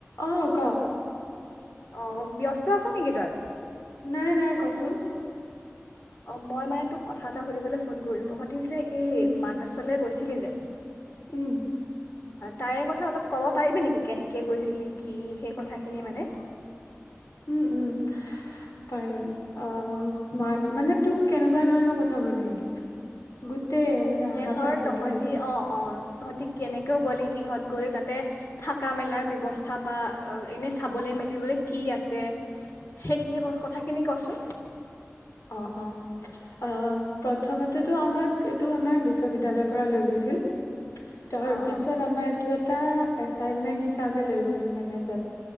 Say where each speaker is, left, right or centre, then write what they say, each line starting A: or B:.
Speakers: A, on the left (about 90°); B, on the left (about 55°).
A: অহ কঅ
B: অহ ব্যস্ত আছ নেকি তই?
A: নাই নাই কচোন।
B: অহ মই মানে তোক কথা এটা সুধিবলৈ ফোন কৰিলো? তহঁত তুমি যে এই
A: উম
B: মানসলে গৈ আছিলে যেন
A: উম
B: তাৰে কথা অলপ ক'ব পাৰিবি নেকি কেনেকৈ গৈছিলি কি সেই কথাখিনি মানে
A: উম উম পাৰিম অহ মান মানে তোক কেনেকুৱা ধৰণৰ কথাবোৰ লাগে, গোটেই তেহ মানে আহা
B: ধৰ
A: পাহ
B: তহঁতি
A: যোৱাালে
B: অঁ অঁ তহঁতি কেনেকৈও গ'লে কিহঁত গ'লে তাতে থকা মেলাৰ ব্যৱস্থা বা এনে চাবলৈ মেলিবলৈ কি আছে সেই সেই কথাখিনি কচোন
A: অহ অহ প্ৰথমতেটো আমাক এইটো আমাৰ বিশ্ববিদ্যালয়ৰ পৰা লৈ গৈছিল তাৰপিছত
B: অঁ অঁ
A: আমাৰ এইটো এটা এচাইনমেন্ট হিচাপে লৈ গৈছে মানে যে